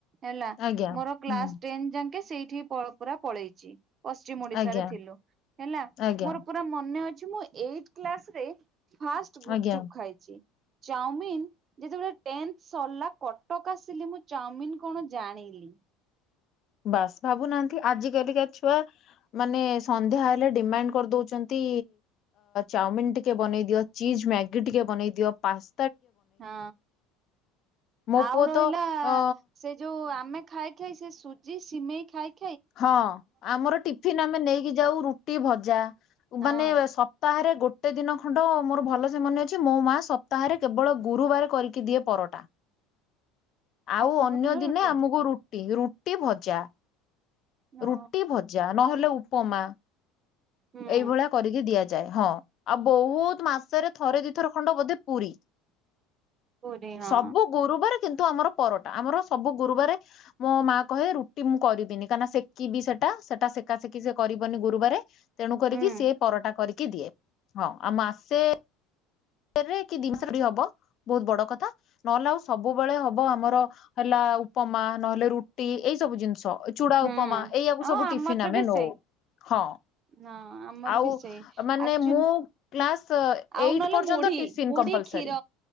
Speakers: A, on the right; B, on the left.
A: ହେଲା
B: ଆଜ୍ଞା
A: ମୋର କ୍ଲାସ
B: ହୁଁ
A: ଟେନ ଯାଙ୍କେ ସେଇଠି ପୁରା ପଳେଇଛି ପସ୍ ପଶ୍ଚିମ ଓଡ଼ିଶା
B: ଆଜ୍ଞା
A: ରେ ଥିଲୁ। ହେଲା
B: ଆଜ୍ଞା
A: ମୋର ପୁରା ମନେ ଅଛି ମୁଁ ଏଇଟ୍ କ୍ଲାସ୍ ରେ ଫାଷ୍ଟ ଗୁପଚୁପ୍
B: ଆଜ୍ଞା
A: ଖାଇଚି। ଚାଉମିନ ଯେତେବେଳେ ଟେନ୍ଥ ସରିଲା କଟକ ଆସିଲି ମୁଁ ଚାଉମିନ କଣ ଜାଣିଲି।
B: ବାସ୍ ଭାବୁନାହାନ୍ତି ଆଜି କାଲିକା ଛୁଆ ମାନେ ସନ୍ଧ୍ୟା ହେଲେ ଡିମାଣ୍ଡ କରିଦଉଛନ୍ତି ଚାଉମିିନ ଟିକେ ବନେଇ ଦିଅ ଚିଜ୍ ମ୍ୟାଗି ଟିକେ ବନେଇ ଦିଅ ପାସ୍
A: ହଁ
B: ମୋ
A: ଆଉ
B: ପୁଅ
A: ରହିଲା
B: ତ ଅ
A: ସେ ଯୋଉ ଆପ୍ ଆମେ ଖାଇ ଖାଇ ସେ ସୁଜି ସିମେଇ ଖାଇକି
B: ହଁ ଆମର ଟିଫିନ ଆମେ ନେଇକି ଯାଉ ରୁଟି ଭଜା।
A: ହଁ
B: ମାନେ ସପ୍ତାହରେ ଗୋଟେ ଦିନ ଖଣ୍ଡ ମୋର ଭଲ ସେ ମନେ ଅଛି ମୋ ମା ସପ୍ତାହରେ କେବଳ ଗୁରୁବାର କରିକି ଦିଏ ପରଟା। ଆଉ
A: ସବୁଦିନ
B: ଅନ୍ୟ ଦିନେ
A: ରୁଟି
B: ଆମକୁ ରୁଟି, ରୁଟି ଭଜା।
A: ହଁ।
B: ରୁଟି ଭଜା ନହେଲେ ଉପମା।
A: ହୁଁ
B: ଏଇଭଳିଆ କରିକି ଦିଆଯାଏ। ହଁ ଆଉ ବହୁତ ମାସରେ ଥରେ ଦୁଇଥର ଖଣ୍ଡ ବୋଧେ ପୁରି।
A: ପୁରୀ ହଁ
B: ସବୁ ଗୁରୁବାରେ କିନ୍ତୁ ଆମର ପରଟା। ଆମର ସବୁ ଗୁରୁବାର ମୋ ମା କହେ ରୁଟି ମୁଁ କରିବିନି କାହିଁକିନା ସେକିବି ସେଠ ସେଟା ସେଟା ସେକା ସେକି ସେ କରିବନି ଗୁରୁବାରେ ତେଣୁ କରିକି
A: ହୁଁ
B: ସିଏ ପରଟା କରିକି ଦିଏ। ହଁ ଆଉ ମାସେ କେରେ କି ଦିମାସ ରେ ହବ ବହୁତ ବଡ କଥା। ନହେଲେ ଆଉ ସବୁବେଳେ ହବ ଆମର ହେଲା ଉପମା ନହେଲେ ରୁଟି ଏଇ ସବୁ ଜିନିଷ ଚୁଡା
A: ହୁଁ
B: ଉପମା ଏଇଆକୁ
A: ହଁ
B: ସବୁ
A: ଆମର
B: ଟିଫିନ୍ ଆମେ
A: ବି
B: ନଉ।
A: ସେଇ।
B: ହଁ
A: ହଁ ଆମର
B: ଆଉ
A: ବି ସେଇ
B: ମାନେ
A: ଆକ୍ଚୁଆଲି
B: ମୁଁ କ୍ଲାସ୍
A: ଆଉ
B: ଏଇଟ୍
A: ନହେଲେ
B: ପର୍ଯ୍ୟନ୍ତ ପର୍ଯ୍ୟନ୍ତ
A: ମୁଢି
B: ମୁଁ ଟିଫିନ୍
A: ମୁଢି
B: କମ୍ପଲସରି।
A: କ୍ଷୀର